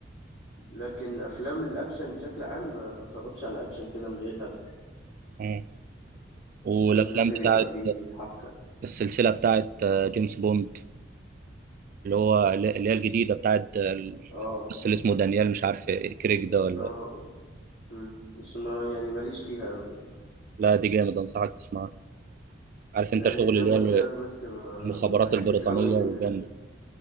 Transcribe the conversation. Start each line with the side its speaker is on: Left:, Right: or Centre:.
Left: لكن افلام الاكشن بشكل عام ما بتفرجش على اكشن كده من غير هدف يعني.
Right: مم. والافلام
Left: فاهم لازم
Right: بتاعت
Left: يبقى فيه حبكة
Right: السلسله بتاعت آه، جيمس بوند اللي هو اللي هي الجديده بتاعت آه، ال-
Left: اه
Right: بس اللي اسمه دانيال مش عارف كريك ده ولا
Left: اه آه. مم. بس ما يعني ماليش فيها أوي
Right: لا دي جامد انصحك تسمعها عارف انت
Left: يعني
Right: شغل
Left: زي
Right: اللي
Left: ما
Right: هي
Left: قلت لك بس ما,
Right: المخابرات
Left: ما بحبش
Right: البريطانيه
Left: أوي ال
Right: والجامد